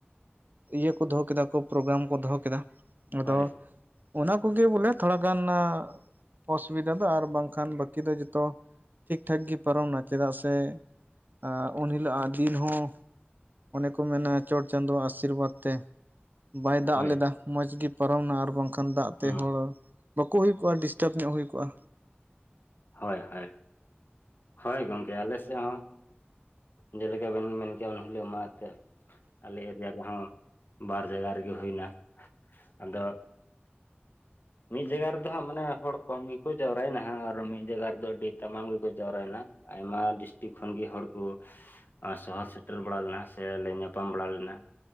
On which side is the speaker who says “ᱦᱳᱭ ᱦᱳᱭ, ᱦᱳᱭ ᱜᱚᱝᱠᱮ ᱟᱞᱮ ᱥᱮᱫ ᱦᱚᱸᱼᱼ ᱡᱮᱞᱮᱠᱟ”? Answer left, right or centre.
Left